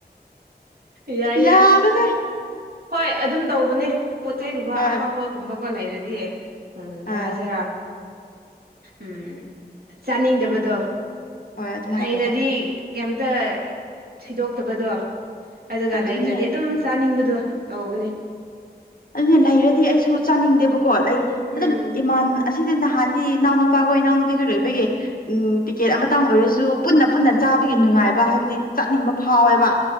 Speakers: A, on the right (about 65°); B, on the left (about 60°).
A: ꯌꯥꯏ ꯌꯥꯏ꯫
B: ꯌꯥꯕꯅꯦ
A: ꯍꯣꯏ ꯑꯗꯨꯝ ꯇꯧꯕꯅꯦ ꯄꯣꯠ ꯆꯩꯩꯒꯨꯝꯕ
B: ꯍꯣꯏ
A: ꯑꯍꯥꯎꯕꯒꯨꯝꯕꯀꯣ ꯂꯩꯔꯗꯤ꯫ ꯎꯝ
B: ꯍꯣꯏ
A: ꯀꯩ ꯍꯥꯏꯖꯤꯔꯥ ꯎꯝ ꯆꯥꯅꯤꯡꯗꯕꯗꯣ꯫
B: ꯍꯣꯏ ꯑꯗꯨꯃꯥꯏꯅ
A: ꯂꯩꯔꯗꯤ
B: ꯇꯧꯋꯦ
A: ꯀꯦꯝꯇ ꯊꯤꯗꯣꯛꯇꯕꯗꯣ꯫ ꯑꯗꯨꯒ
B: ꯑꯗꯨꯅꯦ
A: ꯂꯩꯇ꯭ꯔꯗꯤ ꯑꯗꯨꯝ ꯆꯥꯅꯤꯡꯕꯗꯨ ꯇꯧꯕꯅꯦ꯫
B: ꯑꯗꯨꯅꯦ ꯂꯩꯔꯗꯤ ꯑꯩꯁꯨ ꯆꯥꯅꯤꯡꯗꯦꯕꯀꯣ ꯂꯩ ꯑꯗꯨ
A: ꯎꯝ
B: ꯏꯃꯥꯟ꯫ ꯑꯁꯤꯗꯤ ꯅꯍꯥꯟꯗꯤ ꯏꯅꯥꯎ ꯅꯨꯄꯥꯈꯣꯏ ꯏꯅꯥꯎ ꯅꯨꯄꯤꯈꯣꯏ ꯂꯩꯕꯒꯤ ꯎꯝ ꯇꯤꯀꯦꯠ ꯑꯃ꯫ ꯉꯇꯪ ꯑꯣꯏꯔꯁꯨ ꯄꯨꯟꯅ ꯄꯨꯟꯅ ꯆꯥꯕꯒꯤ ꯅꯨꯡꯉꯥꯏꯕ ꯍꯥꯏꯕꯗꯤ ꯆꯥꯅꯤꯡꯕ ꯐꯥꯎꯋꯦꯕ꯫